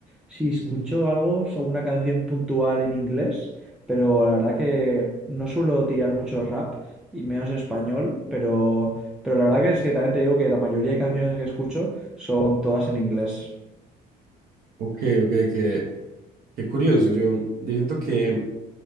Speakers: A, in the centre; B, on the right (about 60°).
A: Sí, escucho
B: ujú.
A: algo o una canción puntual en inglés, pero la verdad que no suelo tirar mucho rap y menos español, pero, pero la verdad que es que también te digo que la mayoría de canciones que escucho son todas en inglés.
B: Ok, ok, qué, qué curioso. Yo, yo siento que